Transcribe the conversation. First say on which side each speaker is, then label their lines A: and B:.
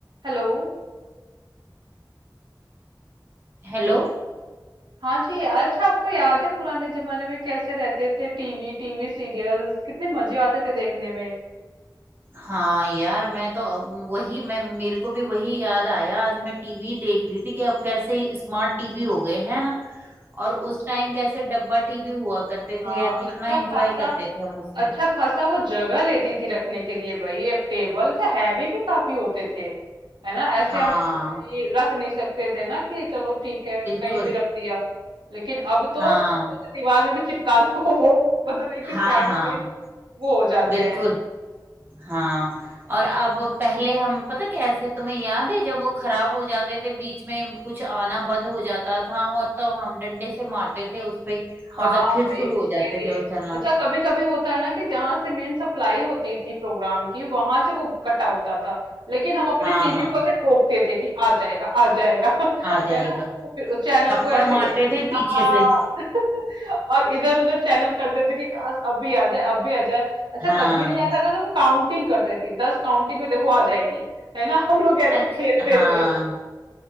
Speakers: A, on the right (about 80°); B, on the right (about 25°).
A: हेलो
B: Hello
A: हाँ जी अच्छा आपको याद है पुराने जमाने में कैसे रहते थे टीवी टीवी सीरियल्स कितने मजे आते थे देखने में
B: हाँ यार मैं तो अब वही मैं मेरे को भी वही याद आया आज मैं टीवी देख रही थी कि अब कैसे स्मार्ट टीवी हो गए है ना और उस टाइम कैसे डब्बा टीवी हुआ करते
A: हाँ
B: थे यार कितना
A: अच्छा
B: एंजॉय
A: खासा
B: करते थे हम उसमें
A: अच्छा खासा वो जगह लेती थी रखने के लिए भाई एक टेबल अच्छा हैवी भी काफी होते थे है ना ऐसे
B: हाँ
A: हम इसको कहीं रख नहीं सकते थे ना कि चलो ठीक है
B: बिल्कुल
A: कहीं भी रख दिया लेकिन अब तो,
B: हाँ
A: अब तो उसे दीवार में भी चिपका दो वो मतलब एक
B: हाँ
A: स्टैंड
B: हाँ
A: पे वो हो जाते
B: बिल्कुल
A: हैं
B: हाँ और अब पहले हम पता कैसे तुम्हें याद है जब वो खराब हो जाते थे बीच में कुछ आना बंद हो जाता था और तब हम डंडे से मारते थे उस पे
A: हाँ
B: और तब फिर
A: भाई
B: शुरू
A: उसके
B: हो जाते
A: लिए
B: थे वो चलना
A: अच्छा कभी कभी होता है ना कि जहां से मेन सप्लाई होती थी प्रोग्राम की वहां से वो कटा होता था लेकिन हम अपने
B: हाँ
A: टीवी
B: हाँ
A: को ऐसे ठोकते थे कि आ जाएगा आ जाएगा <laughs>
B: आ जाएगा
A: है ना फिर चैनल
B: थप्पड़
A: को ऐसे
B: मारते थे पीछे
A: हाँ
B: से
A: <laughs> और इधर उधर चैनल करते थे कि काश अब भी आ जाए अब भी आ जाए अच्छा
B: <laughs> हाँ
A: तब भी नहीं आता था तो हम काउंटिंग करते थे दस काउंटिंग में देखो आ जाएगी है ना हम लोग ऐसे
B: अच्छा
A: खेलते
B: हाँ
A: थे